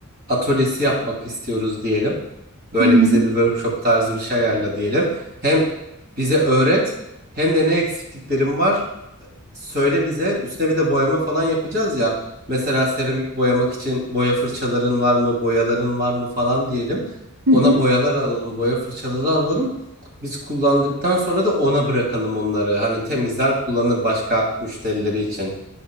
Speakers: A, on the right; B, on the right.
A: atölyesi yapmak istiyoruz diyelim. Böyle
B: Hı hı.
A: bize bir workshop tarzı bir şey ayarla diyelim. Hem bize öğret hem de ne eksikliklerim var söyle bize. Üstüne bir de boyama falan yapacağız ya. Mesela seramik boyamak için boya fırçaların var mı, boyaların var mı falan diyelim.
B: Hı
A: Ona
B: hı.
A: boyalar alalım, boya fırçaları alalım. Biz kullandıktan sonra da ona bırakalım onları. Hani temizler kullanır başka müşterileri için.